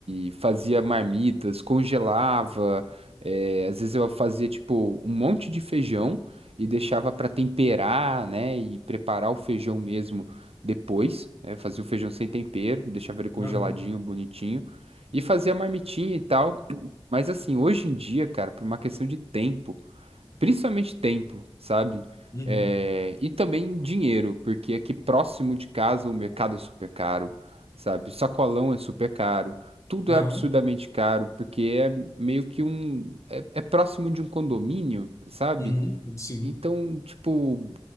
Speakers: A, on the right; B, on the left.
A: E fazia marmitas, congelava. é, às vezes eu fazia, tipo, um monte de feijão e deixava para temperar, né? E preparar o feijão mesmo depois. né? Fazia o feijão sem tempero, deixava ele congeladinho,
B: Aham,
A: bonitinho. E fazia marmitinha e tal. Mas assim, hoje em dia, cara, por uma questão de tempo. Principalmente tempo, sabe?
B: uhum,
A: É, e também dinheiro, porque aqui próximo de casa o mercado é super caro, sabe? O sacolão é super caro, tudo
B: aham,
A: é absurdamente caro, porque é meio que um. É, é próximo de um condomínio, sabe?
B: uhum, sim.
A: Então, tipo,